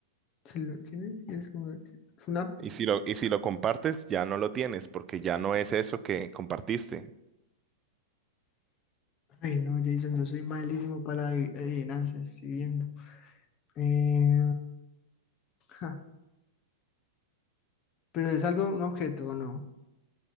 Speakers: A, on the left; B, on the right.
A: si lo tienes, quieres compartirlo. Es una...
B: Y si lo, y si lo compartes, ya no lo tienes, porque ya no es eso que compartiste.
A: Ay, no, Jason, yo soy malísimo para las adi- adivinanzas, si viendo. Eh, ja, pero es algo, un objeto, ¿o no?